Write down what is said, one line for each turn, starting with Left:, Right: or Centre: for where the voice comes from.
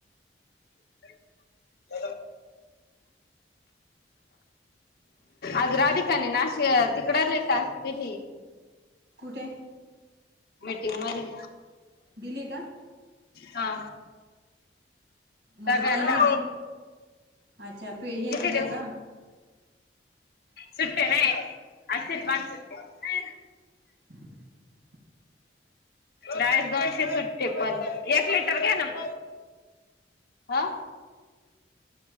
Left: <inaudible> आज राधिकानी नाशिक तिकड तिकडे लय टाकतील.
Right: ते
Left: मीटिंग मध्ये
Right: दिली का?
Left: हा,
Right: म्हणजे
Left: सगळ्यांना
Right: त्यांनी दिले, अच्छा, पे हे
Left: किती
Right: दिलं
Left: देऊ
Right: का?
Left: सुट्टे नाही, असतील पाच सुट्टे.
Right: <inaudible>
Left: डायरेक्ट दोनशे सुट्टे पण, एक लिटर घ्या ना मग हा.